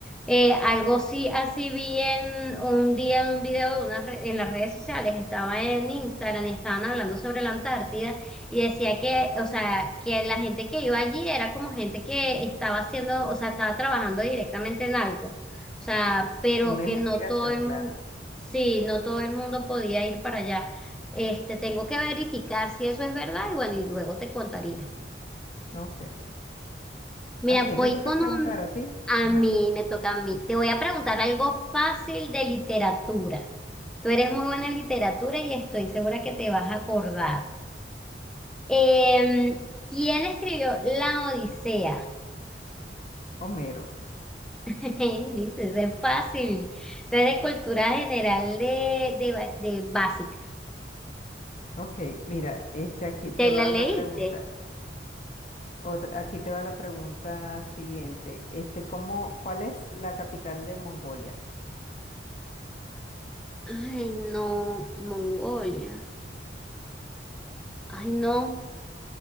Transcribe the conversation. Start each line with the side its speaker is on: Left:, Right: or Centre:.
Centre: Eh, algo sí, así vi en un día en un video de unas re- en las redes sociales, estaba en Instagram y estaban hablando sobre la Antártida y decía que, o sea, que la gente que iba allí era como gente que estaba haciendo, o sea, estaba trabajando directamente en algo, o sea, pero
Left: Una
Centre: que
Left: investigación,
Centre: no todo el
Left: claro.
Centre: mundo, sí, no todo el mundo podía ir para allá. Este, tengo que verificar si eso es verdad y bueno, y luego te contaría.
Left: Ok.
Centre: Mira,
Left: ¿A quién
Centre: voy
Left: le toca
Centre: con
Left: preguntar?
Centre: un...
Left: ¿A ti?
Centre: A
Left: Ajá.
Centre: mí, me toca a mí. Te voy a preguntar algo fácil de literatura. Tú eres muy buena en literatura y estoy segura que te vas a acordar. Em, ¿quién escribió La Odisea?
Left: Homero.
Centre: <laughs> Sí, Eso es fácil. O sea, de cultura general de, de, ba- de básica.
Left: Ok, mira, este aquí te
Centre: ¿Te
Left: va
Centre: la leíste?
Left: la pregunta. Otra- aquí te va la pregunta siguiente. Este, ¿cómo, cuál es la capital de Mongolia?
Centre: Ay, no, Mongolia. Ay, no.